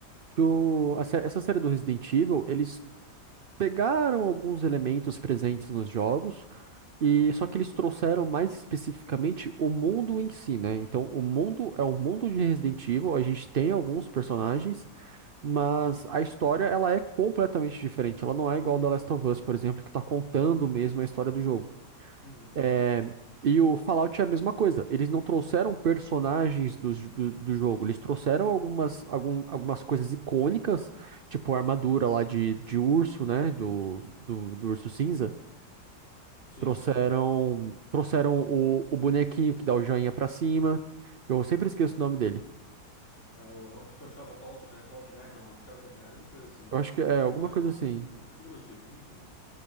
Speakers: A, on the right; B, on the left.
A: Que o, a sé- essa série do Resident Evil, eles pegaram alguns elementos presentes nos jogos E só que eles trouxeram mais especificamente o mundo em si, né? Então, o mundo é um mundo de Resident Evil, a gente tem alguns personagens, mas a história ela é completamente diferente. Ela não é igual The Last of Us, por exemplo, que tá contando mesmo a história do jogo.
B: Uhum,
A: É, E o Fallout é a mesma coisa. Eles não trouxeram personagens do, do, do jogo, eles trouxeram algumas, algum- algumas coisas icônicas, tipo a armadura lá de, de urso, né? Do, do, do urso cinza.
B: sim.
A: Trouxeram, trouxeram o, o bonequinho que dá o joinha pra cima, que eu sempre esqueço o nome dele.
B: É o- Eu, acho que é o, Shel- é o Fallout, é Fallout Guy, não, é o Shelter Guy, alguma coisa assim, Pip
A: Eu acho que é
B: Pip- Pip
A: alguma
B: Boy,
A: coisa
B: não,
A: assim.
B: não sei lá, algum grupo do tipo, enfim.